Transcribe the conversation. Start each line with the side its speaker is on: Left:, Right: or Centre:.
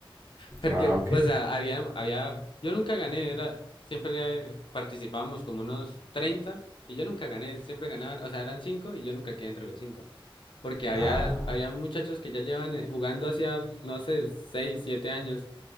Left: Porque,
Right: Ah,
Left: o
Right: ok.
Left: sea, había, había, yo nunca gané, era, siempre participábamos como unos 30 y yo nunca gané, siempre ganaban, o sea, eran 5 y yo nunca quedé entre los cinco Porque había,
Right: Ah,
Left: había muchachos que ya llevan eh, jugando hacía, no sé, 6 7 años